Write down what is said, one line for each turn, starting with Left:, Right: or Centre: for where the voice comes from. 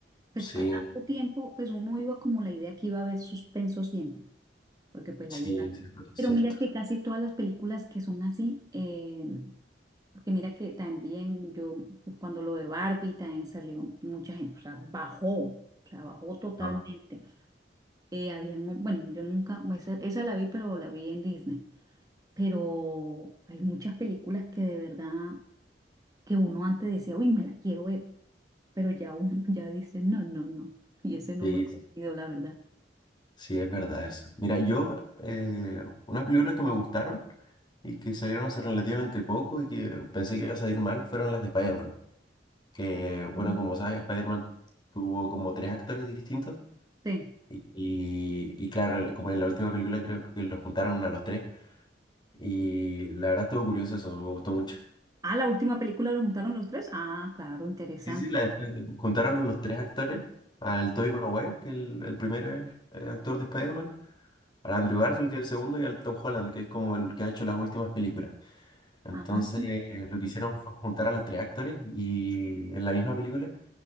Right: Pues
Left: Sí,
Right: para tanto tiempo, pues uno iba como la idea que iba a haber suspenso siempre. porque pues
Left: sí,
Right: la idea.
Left: sí, es
Right: Pero
Left: cierto.
Right: mira que casi todas las películas que son así, eh, porque mira que también yo, pues, cuando lo de Barbie también salió mucha gente, o sea, bajó, o sea, bajó totalmente.
Left: No.
Right: Eh, había, bueno, yo nunca, pues, esa, esa la vi, pero la vi en Disney. Pero hay muchas películas que de verdad, que uno antes decía, uy, me la quiero ver, pero ya uno <laughs> ya dice, no, no, no, y ese no
Left: Sí,
Right: me ha
Left: sí.
Right: ocurrido, la verdad.
Left: Sí, es verdad eso. Mira, yo, eh, unas películas que me gustaron y que salieron hace relativamente poco y que pensé que iba a salir mal fueron las de Spider-Man. Que, bueno,
Right: Mm.
Left: como sabes, Spider-Man tuvo como tres actores distintos
Right: Sí.
Left: y, y claro, el- como en la última película creo que los juntaron a los tres y la verdad estuvo curioso eso, me gustó mucho.
Right: Ah, la última película lo juntaron los tres. Ah, claro, interesante.
Left: Sí, sí, la de Spider- juntaron a los tres actores, al Tobey Maguire, que es el, el primer eh, actor de Spider-Man, al Andrew Garfield, que es el segundo, y al Tom Holland, que es como el que ha hecho las últimas películas. Entonces,
Right: Ah,
Left: lo que hicieron fue juntar a los tres actores y en la misma película